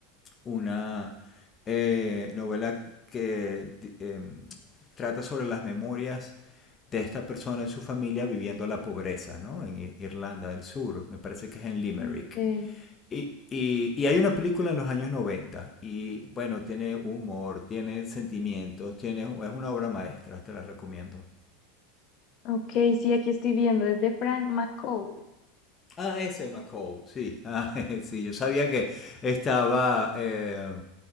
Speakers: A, on the left (about 20°); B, on the left (about 40°).
A: una eh, novela que eh, trata sobre las memorias de esta persona en su familia viviendo la pobreza, ¿no? En Irlanda del Sur, me parece que es en Limerick.
B: Mm. Eh,
A: Y, y- y hay una película en los años 90 y bueno, tiene humor, tiene sentimientos, tiene, es una obra maestra, te la recomiendo.
B: ok, sí, aquí estoy viendo. Es de Frank McCall.
A: Ah, ese McCall, sí. Ah, <laughs> sí, yo sabía que estaba eh,